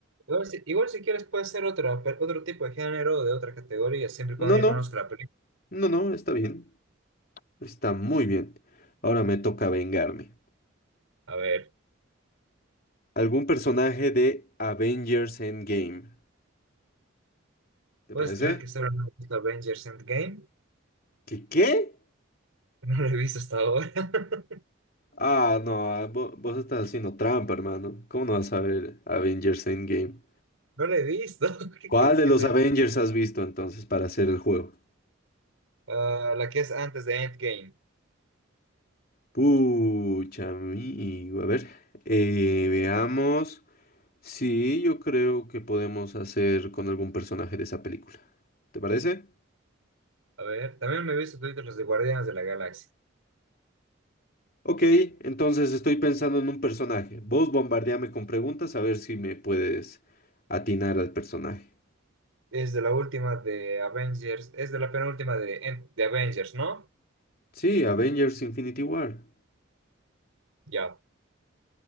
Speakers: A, on the right; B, on the left.
A: Igual si, igual si quieres puede ser otra, pe- otro tipo de género, o de otra categoría, siempre y
B: No,
A: cuando yo
B: no.
A: conozca la película.
B: No, no. Está bien. Está muy bien. Ahora me toca vengarme.
A: A ver,
B: ¿Algún personaje de Avengers Endgame? ¿Te
A: ¿puedes
B: parece?
A: creer que estoy hablando de Avengers Endgame? <laughs>
B: ¿Qué qué?
A: No lo he visto hasta ahora. <laughs>
B: Ah, no. ah, vo- Vos, estás haciendo trampa, hermano. ¿Cómo no vas a ver Avengers Endgame?
A: No lo he visto. <laughs> ¿Qué
B: ¿Cuál
A: quieres
B: de
A: que
B: los
A: te...
B: Avengers has visto entonces para hacer el juego?
A: Ah, la que es antes de Endgame.
B: Pucha, amigo. A ver, eh, veamos. Sí, yo creo que podemos hacer con algún personaje de esa película. ¿Te parece?
A: A ver, también me he visto toditos los de Guardianes de la Galaxia.
B: Ok, entonces estoy pensando en un personaje. Vos bombardeame con preguntas a ver si me puedes atinar al personaje.
A: Es de la última de Avengers, es de la penúltima de, en- de Avengers, ¿no?
B: Sí, Avengers Infinity War.
A: Ya,